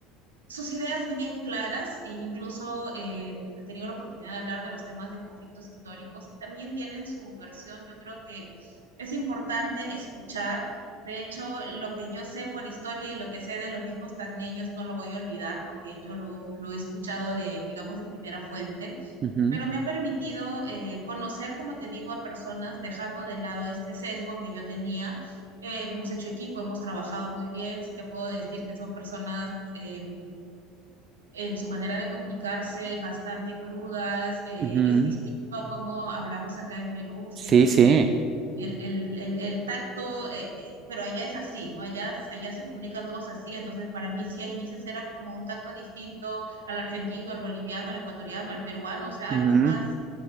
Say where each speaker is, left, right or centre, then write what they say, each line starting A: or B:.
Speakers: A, on the right; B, on the right.
A: sus ideas bien claras e incluso eh, he tenido la oportunidad de hablar de los temas de conflictos históricos y también tienen su versión. Yo creo que es importante escuchar. De hecho, lo que yo sé por historia y lo que sé de los mismos tagneños no lo voy a olvidar porque yo lo, lo he escuchado de, digamos, de primera fuente,
B: Ujú,
A: pero me ha permitido eh, conocer, como te digo, a personas dejando de lado este sesgo que yo tenía eh, hemos hecho equipo, hemos trabajado muy bien. Sí te puedo decir que son personas eh, en su manera de comunicarse, bastante crudas. eh,
B: ujú.
A: es distinto a cómo hablamos acá en Perú. Siento
B: Sí, sí.
A: que el, el- el- el tacto, eh, eh, pero allá es así, ¿no? Allá, allá se comunican todos así. Entonces, para mí, sí, a inicios era como un tacto distinto al argentino, al boliviano, al ecuatoriano, al peruano, o sea,
B: Ujú.
A: algo más